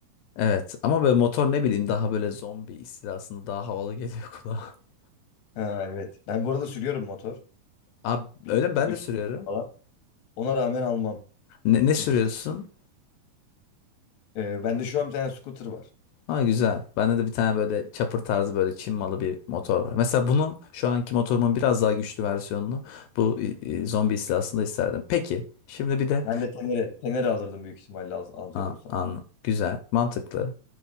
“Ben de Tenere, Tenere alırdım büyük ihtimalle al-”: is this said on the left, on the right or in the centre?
Left